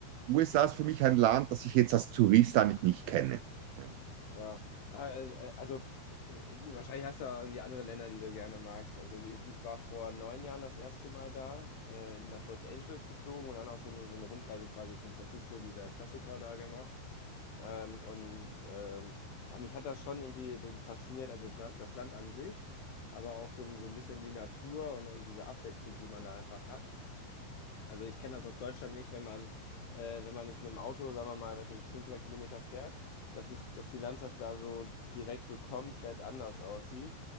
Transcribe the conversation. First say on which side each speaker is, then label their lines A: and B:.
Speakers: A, on the right (about 80°); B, on the left (about 85°).
A: USA ist für mich ein Land, das ich jetzt als Tourist eigentlich nicht kenne. Ja.
B: ja. Ja, äh, äh, also äh, wahrscheinlich hast du ja irgendwie andere Länder, die du gerne magst. Also ich, ich war vor neun Jahren das erste Mal da, äh, nach Los Angeles geflogen und dann auch so eine, so eine Rundreise quasi San Francisco, dieser Klassiker da gemacht. Ähm, und ähm, aber mich hat das schon irgendwie fasziniert, also das das Land an sich, aber auch so, so ein bisschen die Natur und, und diese Abwechslung, die man da einfach hat. Also ich kenne das aus Deutschland nicht, wenn man, äh, wenn man jetzt mit dem Auto, sagen wir mal, weiß nicht, 500 Kilometer fährt, dass es, dass die Landschaft da so direkt so komplett anders aussieht.